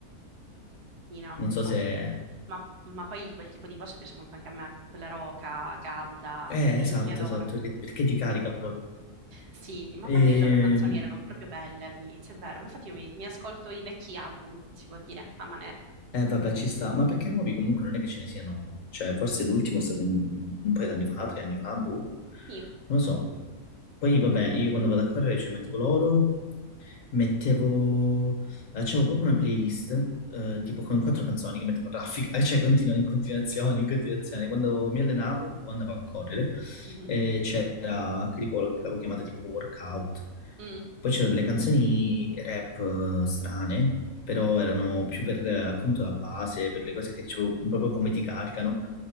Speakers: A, on the right; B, on the left.
A: sì, no,
B: non so
A: ma,
B: se...
A: ma- ma poi quel tipo di voce piace molto anche a me, quella roca, calda,
B: Eh,
A: eh, li,
B: esatto,
A: li adoro.
B: esatto, che- perché ti carica proprio.
A: Sì, ma
B: E,
A: poi le loro canzoni erano proprio belle all'inizio, è vero. Ma infatti io mi, mi ascolto i vecchi album, si può dire, a manetta.
B: eh, vabbè, ci sta. Ma perché nuovi comunque non è che ce ne siano... Cioè, forse l'ultimo è stato in- un paio d'anni fa, tre anni fa, boh.
A: Sì,
B: Non lo so. Poi, vabbè, io quando vado a correre ci mettevo l'oro. Mettevo, eh, c'avevo proprio una playlist, eh, tipo con quattro canzoni che mettevo a raffica, cioè continu- in continuazione, in continuazione. Quando mi allenavo o andavo a correre,
A: mhm,
B: eh, c'era, che tipo, l'avevo chiamata tipo workout.
A: mm.
B: Poi c'erano delle canzoni rap eh, strane, però erano più per eh, appunto la base, per le cose che c'ho- proprio come ti caricano.